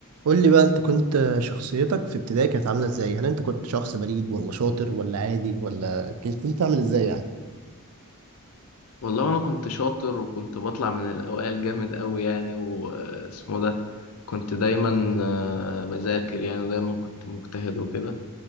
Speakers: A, on the right; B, on the left.
A: قول لي بقى انت كنت شخصيتك في ابتدائي كانت عامله ازاي هل انت كنت شخص بليد ولا شاطر ولا عادي ولا كنت انت عامل ازاي يعني
B: والله انا كنت شاطر وكنت بطلع من الاوائل جامد قوي يعني واسمه ده كنت دايما آه، بذاكر يعني ودايما كنت مجتهد وكده